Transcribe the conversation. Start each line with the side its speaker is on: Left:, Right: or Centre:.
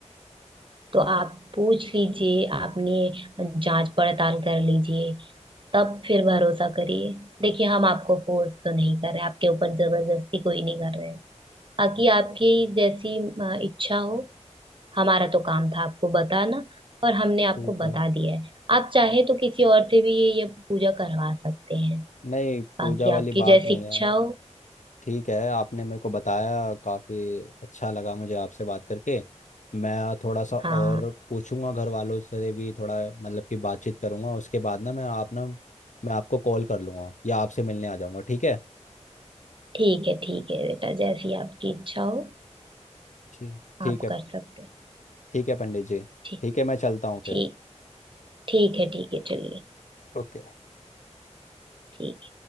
Right: तो आप पूछ लीजिए आपने जांच पड़ताल कर लीजिए तब फिर भरोसा करिए देखिए हम आपको फोर्स तो नहीं कर रहे आपके ऊपर जबरदस्ती कोई नहीं कर रहे हैं बाकी आपकी जैसी अ, इच्छा हो हमारा तो काम था आपको बताना और हमने आपको
Left: ठीक
Right: बता
Left: है
Right: दिया है आप चाहे तो किसी और से भी ये ये पूजा करवा सकते हैं
Left: नहीं पूजा
Right: बाकी
Left: वाली
Right: आपकी
Left: बात
Right: जैसी
Left: नहीं
Right: इच्छा
Left: है
Right: हो
Left: ठीक है आपने मेरे को बताया काफ़ी अच्छा लगा मुझे आपसे बात करके मैं थोड़ा सा
Right: हाँ
Left: और पूछूंगा घर वालों से भी थोड़ा मतलब कि बातचीत करूंगा उसके बाद ना मैं आप ना मैं आपको कॉल कर लूंगा या आपसे मिलने आ जाऊंगा ठीक है
Right: ठीक है ठीक है बेटा जैसी आपकी इच्छा हो
Left: ठीक ठीक
Right: आप
Left: है
Right: कर सकते हैं
Left: ठीक है पंडित जी
Right: ठीक
Left: ठीक है मैं चलता हूँ फिर
Right: ठीक ठीक है ठीक है चलिए
Left: ओके
Right: ठीक